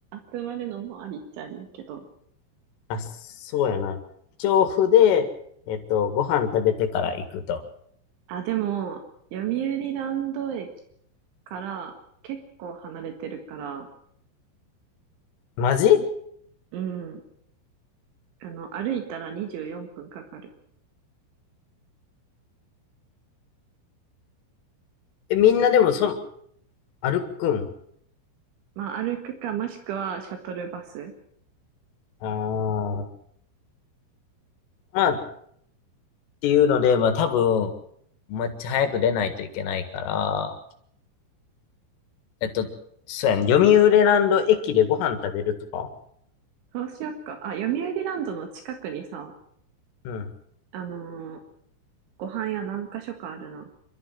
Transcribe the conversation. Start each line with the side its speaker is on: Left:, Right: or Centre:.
Right: 集まるのもありっちゃありやけど。
Left: あ、そうやな。調布で、えっと、ご飯食べてから行くと。
Right: あ、でも、読売ランド駅から結構離れてるから、
Left: マジ
Right: うん。あの、歩いたら24分かかる。
Left: え、みんなでも、そ歩くん。
Right: まあ、歩くか、もしくはシャトルバス。
Left: ああ。まあ、っていうので、まあ多分、めっちゃ早く出ないといけないから、えっと、そうやん、読売ランド駅でご飯食べるとか
Right: そうしよっか。あ、読売ランドの近くにさ、
Left: うん。
Right: あのーご飯屋何か所かあるな。